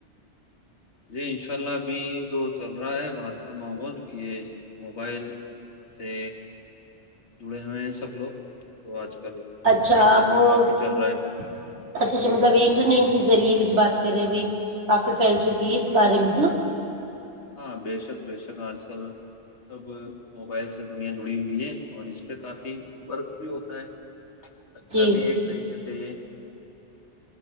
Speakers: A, on the left; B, on the right.
A: جی انشاء اللہ ابھی جو چل رہا ہے باہر کا ماحول یہ موبائل سے جڑے ہوئے ہیں سب لوگ تو آج کل
B: اچھا
A: موبائل کا
B: آپ
A: دور
B: اچھا
A: کافی چل رہا ہے
B: اچھا مطلب انٹرنیٹ کے ذریعے بات ویر بھی کافی پھیل چکی ہے اس بارے میں ہے نا
A: ہاں بے شک بے شک آج کل سب موبائل سے دنیا جڑی ہوئی ہے اور اس پہ کافی ورک بھی ہوتا ہے اچھا
B: جی
A: بھی ایک طریقے سے یہ